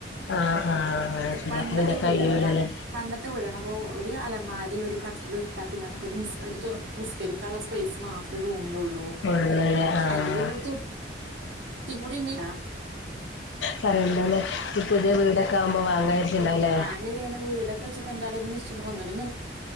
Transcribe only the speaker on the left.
ആഹ് ആഹ് ശരി
അപ്പ പിന്നെ
കഴിയൂലല്ലേ
ഉള്ളല്ലേ ആഹ്
പറയണ്ട ല്ലേ! നി പുതിയ വീടൊക്കെ ആവുമ്പോ വാങ്ങാചാരിച്ച് ണ്ടാവുല്ലേ?